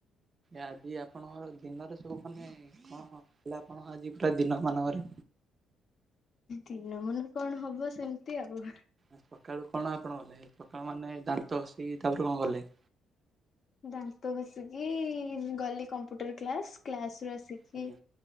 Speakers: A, on the right (about 35°); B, on the left (about 55°).
A: ଆ ଆଜି ଆପଣଙ୍କର ଦିନରେ ସବୁ ମାନେ କଣ ହ ହେଲା, କଣ ଆଜି ପୁରା ଦିନ ମାନଙ୍କରେ।
B: ଦିନ ମାନେ କଣ ହବ ସେମିତି ଆଉ
A: ସକାଳୁ କଣ ଆପଣ କଲେ ସକାଳୁ ମାନେ ଦାନ୍ତ ଘସିକ ତାପରେ କଣ କଲେ?
B: ଦାନ୍ତ ଘଷିକି ଗଲି କମ୍ପ୍ୟୁଟର କ୍ଲାସ କ୍ଲାସ ରୁ ଆସିକି
A: ଆଜ୍ଞା